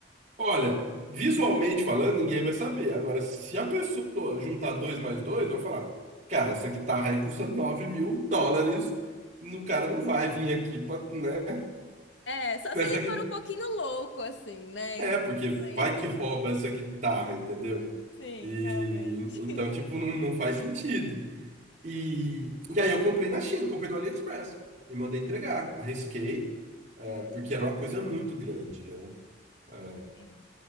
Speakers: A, on the right; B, on the left.
A: Olha, visualmente falando, ninguém vai saber. Agora, se a pessoa juntar dois mais dois, vai falar: Cara, essa guitarra aí custa nove mil dólares. O cara não vai vir aqui pra, né,
B: É, só
A: com
B: se
A: essa
B: ele
A: guitarra.
B: for um pouquinho louco, assim, né?
A: É,
B: Então,
A: porque vai
B: bem.
A: que rouba essa guitarra, entendeu?
B: <laughs> Sim,
A: E
B: realmente.
A: então, tipo, não, não faz sentido. E, e aí eu comprei na China, comprei no AliExpress e mandei entregar. Arrisquei, é,
B: Caraca.
A: porque era uma coisa muito grande, né? É,
B: É,